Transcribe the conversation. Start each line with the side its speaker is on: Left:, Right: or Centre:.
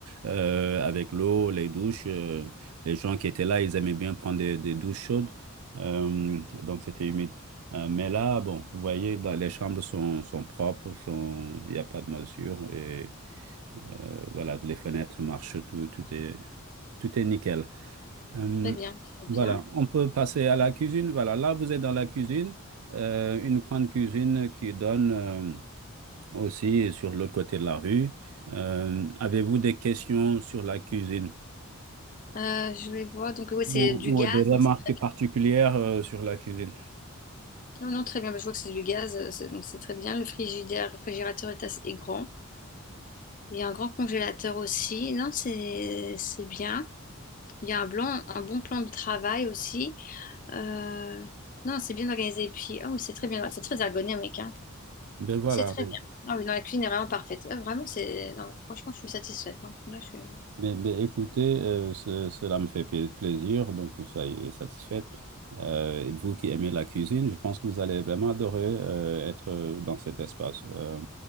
Right: euh, avec l'eau, les douches. euh, les gens qui étaient là, ils aimaient bien prendre des, des douches chaudes. Euh, donc, c'était humide. Euh, mais là, bon, vous voyez, dans- les chambres sont, sont propres, sont, il n'y a pas de moisissure. Et euh, voilà, les fenêtres marchent, tout, tout est, tout est nickel. Euh,
Left: Très bien, très
Right: voilà,
Left: bien.
Right: on peut passer à la cuisine. Voilà, là, vous êtes dans la cuisine, euh, une grande cuisine qui donne euh, aussi sur l'autre côté de la rue. Euh, avez-vous des questions sur la cuisine
Left: Euh, je vais voir, donc oui, c'est
Right: ou,
Left: du gaz.
Right: ou des remarques
Left: donc c'est-
Right: particulières euh, sur la cuisine?
Left: non, non, très bien, Mais je vois que c'est du gaz, euh, c'est- donc c'est très bien. Le frigidaire, le réfrigérateur est assez est grand. Il y a un grand congélateur aussi. Non, c'est c'est bien. Il y a un blanc, un bon plan de travail aussi. Euh, non, c'est bien organisé. Et puis, ah oui, c'est très bien, c'est très ergonomique, hein.
Right: Ben voilà,
Left: C'est très
Right: ben-
Left: bien. Ah oui, non, la cuisine est vraiment parfaite. Euh, vraiment, c'est. non, franchement, je suis satisfaite. hein. Là, je... suis-
Right: ben- ben écoutez, euh, ce- cela me fait pla- plaisir, donc soyez satisfaite. Euh, et vous qui aimez la cuisine, je pense que vous allez vraiment adorer euh, être euh, dans cet espace. Euh,